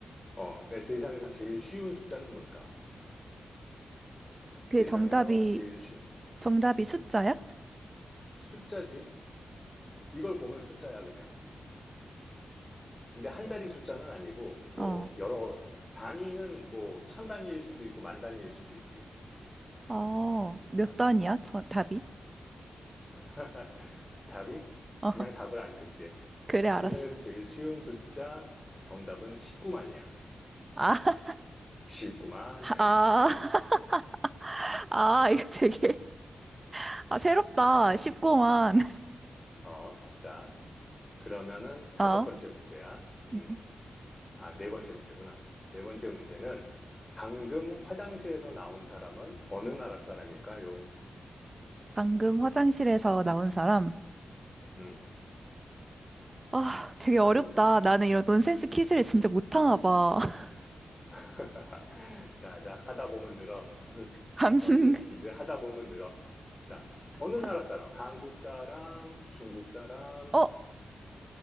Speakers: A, on the left; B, on the right.
A: 어, 어 그러니까 세상에서 제일 쉬운 숫자는 뭘까?
B: 그
A: 세상에서
B: 정답이,
A: 제일 쉬운
B: 정답이 숫자야?
A: 숫자지. 이걸 보면 숫자야, 그냥. 근데 한 자리 숫자는 아니고, 뭐,
B: 어.
A: 여러, 단위는 뭐, 천 단위일 수도 있고, 만 단위일 수도 있지.
B: 어, 몇
A: 자,
B: 단이야? 더- 답이?
A: <laughs> 답이,
B: 어,
A: 그냥 답을 가르쳐 줄게.
B: 그래, 알았어.
A: 세상에서 제일 쉬운 숫자 정답은 19만이야.
B: 아, <laughs>
A: 19만.
B: 아, <laughs> 아, 이거 되게, 아, 새롭다. 쉽구만.
A: <laughs> 어, 자, 그러면은 다섯
B: 어?
A: 번째 문제야. 음,
B: 음.
A: 아, 네 번째 문제구나. 네 번째 문제는 방금 화장실에서 나온 사람은 어느 나라 사람일까요?
B: 방금 화장실에서 나온 사람.
A: 음,
B: 아, 되게
A: 방금.
B: 어렵다. 나는 이런 논센스 퀴즈를 진짜 못하나 봐. <laughs>
A: <laughs> 자, 자, 하다 보면 늘어.
B: 방금,
A: 넌센스 퀴즈 하다 보면 늘어. 자, 어느
B: 방-
A: 나라 사람? 한국 사람, 중국 사람.
B: 어?